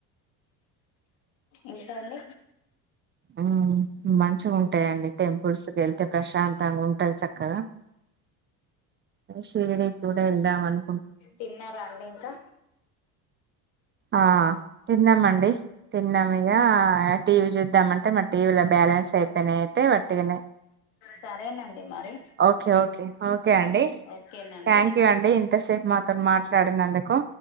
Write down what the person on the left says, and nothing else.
ఇంకా అండి.
తిన్నారా అండి ఇంకా.
సరేనండి మరి.
ఓకేనండి